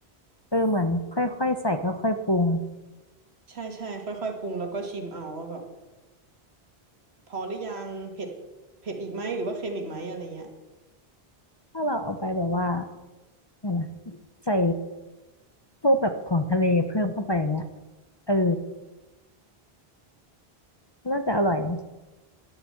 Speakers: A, on the left; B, on the right.
A: เออเหมือนค่อยๆใส่ค่อยๆปรุง
B: ใช่ใช่ค่อยๆปรุงแล้วก็ชิมเอาว่าแบบพอหรือยังเผ็ดเผ็ดอีกไหมหรือว่าเค็มอีกไหมอะไรเงี้ย
A: ถ้าเราเอาไปแบบว่าเนี่ยนะใส่พวกแบบของทะเลเพิ่มเข้าไปอย่างเงี้ยเออน่าจะอร่อยนะ